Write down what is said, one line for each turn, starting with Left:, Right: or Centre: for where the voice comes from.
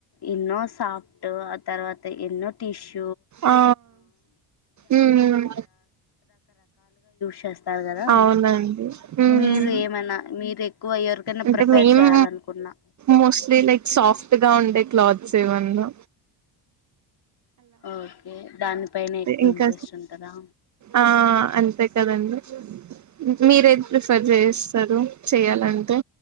Left: ఎన్నో సాఫట్ ఆ తర్వాత ఎన్నో టిష్ అ
Right: ఆ ఉమ్
Left: చేస్తారు కదా
Right: అవునండి ఉమ్
Left: మీరు ఏమైనా మీరు ఎక్కువ ఎవరికైనా
Right: అంటే
Left: ప్రిఫేర్
Right: మేము
Left: చేయాలనుకున్నా
Right: మోస్ట్లీ లైక్ సాఫ్ట్ గా ఉండే క్లాత్స్ ఏవన్నా
Left: ఓకే దాని పనే ఎక్కువ
Right: ఇంకా
Left: ఇంట్రెస్ట్ ఉంటారా
Right: ఆ అంతే కదా అంది మీరేది ప్రిఫర్ చేయిస్తారు చెయాలంటే